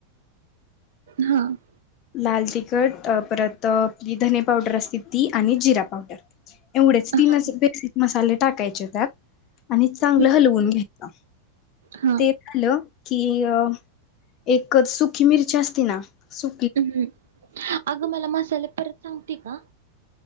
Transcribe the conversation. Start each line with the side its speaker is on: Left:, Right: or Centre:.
Right: हा <unintelligible>
Left: लाल तिखट परत अ धने पावडर असते ती आणि जिरा पावडर. एवढेच तीनच
Right: हा
Left: बेसिक मसाले. टाकायचे त्यात आणि चांगलं
Right: हम्म
Left: हलवून घ्यायच
Right: हा
Left: ते <unintelligible> की अ एक सुकी मिरची असती ना सु
Right: हम्म अगं मला मासा झाले परत सांगते का